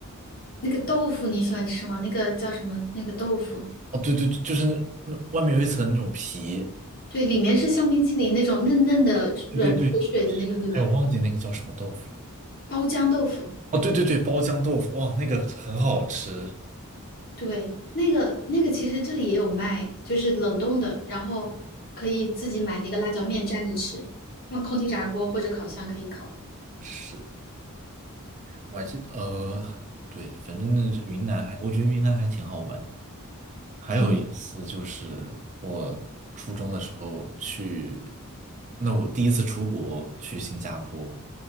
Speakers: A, on the left (about 45°); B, on the right (about 35°).
A: 那个豆腐你喜欢吃吗？那个叫什么？那个豆腐，
B: 哦，对对，对就是那那外面有一层那种皮。
A: 对，里面是像冰淇淋那种嫩嫩的、软水水的那种，
B: 对对对，
A: 对吧？
B: 哎，我忘记那个叫什么豆腐了。
A: 包浆豆腐，
B: 哦，对对对，包浆豆腐，哇，那个很好吃，
A: 对，那个那个其实这里也有卖，就是冷冻的，然后可以自己买那个辣椒面蘸着吃，用空气炸锅或者烤箱可以烤。
B: 是，我还记得，呃，对，反正那云南还，我觉得云南还挺好玩的。还有一次就是我初中的时候去，
A: 嗯，
B: 那我第一次出国去新加坡